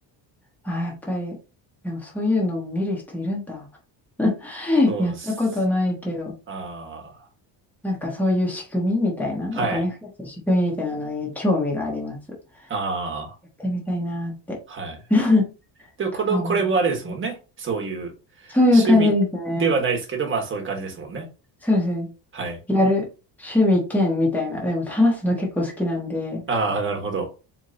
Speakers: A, in the centre; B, on the right (about 25°).
A: あ、やっぱり、でもそういうのを見る人いるんだ。<laughs>
B: そうっす。
A: やったことないけど、
B: あ
A: なんかそういう仕組みみたいな、
B: あ、
A: お金増やす仕組みみたいなのに興味があります。
B: はい。ああ、
A: やってみたいなーって。
B: はい。
A: <laughs>
B: でも、
A: とは思いますね。
B: この、これもあれですもんね。そういう、
A: そういう感じですね。
B: 趣味ではないですけど、まあそういう感じですもんね。
A: そうですね。
B: はい。
A: やる趣味兼みたいな。でも話すの結構好きなんで、
B: ああ、なるほど。